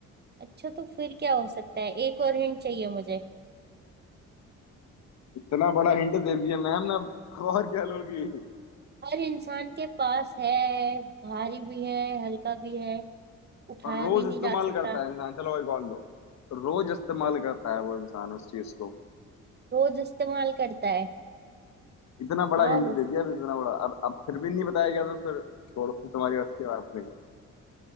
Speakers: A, on the right; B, on the left.
A: अच्छा तो फिर क्या हो सकता है एक और हिंट चाहिए मुझे
B: इतना बड़ा हिंट दे दिया मैम अब अब और क्या लोगी
A: हर इंसान के पास है भारी भी है हल्का भी है उठाया
B: और रोज
A: भी नहीं
B: इस्तेमाल
A: जा सकता
B: करता है इंसान चलो एक और लो रोज इस्तेमाल करता है वो इंसान उस चीज को
A: रोज इस्तेमाल करता है
B: इतना बड़ा
A: हाँ
B: हिंट
A: वो
B: दे दिया अब इतना बड़ा अब अब फिर भी नहीं बताया गया तो फिर छोड़ो फिर तुम्हारी बस की बात नहीं है